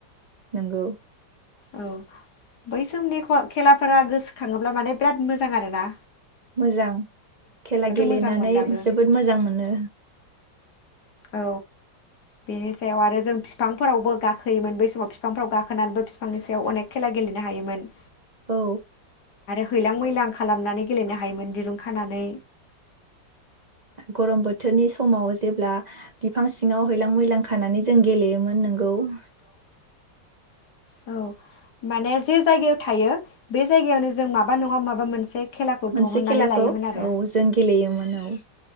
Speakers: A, on the right; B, on the left.
A: नंगौ
B: औ बै समनि खेलाफोरा गोसोखाङोब्ला माने बिराद मोजां आरो ना?
A: मोजां खेला गेलेनानै
B: मोजांमोन दाबो
A: जोबोद मोजां मोनो
B: औ बेनि सायाव आरो जों बिफांफोरावबो गाखोयोमोन बै समाव बिफांफोराव गाखोनानैबो बिफांनि सायाव अनेख खेला गेलेनो हायोमोन।
A: औ
B: हैलां मैलां खालामनानै गेलेनो हायोमोन दिरुं खानानै।
A: गरम बोथोरनि समाव जेब्ला बिफां सिङाव हैलां मैलां खानानै जों गेलेयोमोन नों औ
B: औ माने जे जायगायाव थायो बे जायगायावनो जों माबा नङा माबा मोनसे खेलाखौ
A: मोनसे
B: दिहुननानै
A: खेलाखौ
B: लायोमोन आरो
A: औ जों गेलेयोमोन औ औ